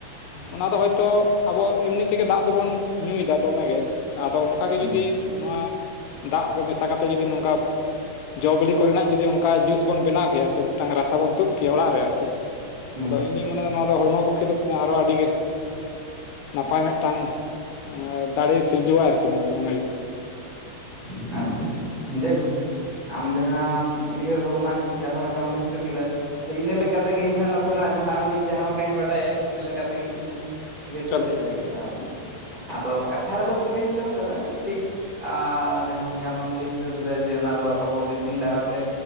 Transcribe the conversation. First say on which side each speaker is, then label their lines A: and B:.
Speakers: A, on the right; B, on the left.
A: ᱦᱚ
B: ᱚᱱᱟ ᱫᱚ ᱦᱚᱭᱛᱚ ᱟᱵᱚ ᱮᱢᱱᱤ ᱛᱮᱜᱮ ᱫᱟᱜ ᱫᱚᱵᱚᱱ ᱧᱩᱭᱫᱟ ᱫᱚᱢᱮ ᱜᱮ ᱟᱫᱚ ᱚᱱᱠᱟ ᱜᱮ
A: ᱦᱩᱸ
B: ᱡᱩᱫᱤ ᱱᱚᱣᱟ ᱫᱟᱜ ᱨᱮ ᱢᱮᱥᱟ ᱠᱟᱛᱮ ᱡᱩᱫᱤ ᱱᱚᱝᱠᱟ ᱡᱚ ᱵᱤᱞᱤ ᱠᱚᱨᱮᱱᱟᱜ ᱡᱩᱫᱤ ᱚᱱᱠᱟ ᱡᱩᱥ ᱵᱚᱱ ᱵᱮᱱᱟᱣ ᱠᱮᱭᱟ ᱥᱮ ᱢᱤᱫᱴᱟᱝ ᱨᱟᱥᱟ ᱵᱚᱱ ᱛᱩᱫ ᱠᱮᱭᱟ ᱚᱲᱟᱜ ᱨᱮ ᱟᱨᱠᱤ
A: ᱦᱩᱸ
B: ᱟᱫᱚ ᱤᱧᱫᱩᱧ ᱢᱚᱱᱮᱫᱟ ᱱᱚᱣᱟ ᱫᱚ ᱦᱚᱲᱢᱚ ᱯᱚᱠᱷᱮ ᱫᱚ ᱟᱨᱚ ᱟᱹᱰᱤᱜᱮ ᱱᱟᱯᱟᱭ ᱢᱤᱫᱴᱟᱝ ᱮ ᱫᱟᱲᱮ ᱥᱤᱨᱡᱟᱹᱣᱟ ᱟᱨᱠᱤ ᱢᱮᱱᱛᱮ ᱢᱚᱱᱮ ᱦᱩᱭᱩᱜᱼᱟ ᱾
A: ᱟᱪᱪᱷᱟ ᱟᱪᱪᱷᱟ ᱡᱟᱭᱦᱳᱠ ᱟᱢ ᱡᱟᱦᱟᱸᱟᱢ ᱩᱭᱦᱟᱹᱨ ᱵᱷᱟᱵᱱᱟ ᱠᱮᱫᱟ ᱡᱟᱦᱟᱸ ᱞᱮᱠᱟᱢ ᱞᱟᱹᱭ ᱦᱚᱪᱚ ᱠᱮᱫᱟ ᱟᱫᱚ ᱤᱱᱟᱹ ᱞᱮᱠᱟ ᱛᱮᱜᱮ ᱤᱧᱦᱚ ᱱᱟᱥᱮᱱᱟᱜ ᱡᱟᱦᱟᱸ ᱩᱰᱩᱡ ᱡᱟᱦᱟᱸ ᱞᱮᱠᱟᱧ ᱵᱟᱰᱟᱭ ᱤᱱᱟᱹ ᱞᱮᱠᱟ ᱛᱮᱜᱮ ᱤᱧ ᱞᱟᱹᱭ
B: ᱪᱚᱞᱚ
A: ᱥᱟᱰᱮ ᱞᱟᱹᱜᱤᱫ ᱛᱟᱦᱚᱞᱮ ᱟᱫᱚ ᱠᱟᱛᱷᱟ ᱨᱮᱫᱚ ᱠᱚ ᱞᱟᱹᱭ ᱦᱚᱪᱚ ᱠᱟᱫᱟ ᱴᱷᱤᱠ ᱡᱟᱦᱟᱸ ᱞᱮᱠᱟ ᱟᱢ ᱮᱢ ᱞᱟᱹᱭ ᱦᱚᱪᱚ ᱠᱮᱫᱟ ᱡᱮ ᱚᱱᱟ ᱫᱚ ᱟᱵᱚ ᱢᱮᱥᱤᱱ ᱫᱟᱨᱟ ᱛᱮ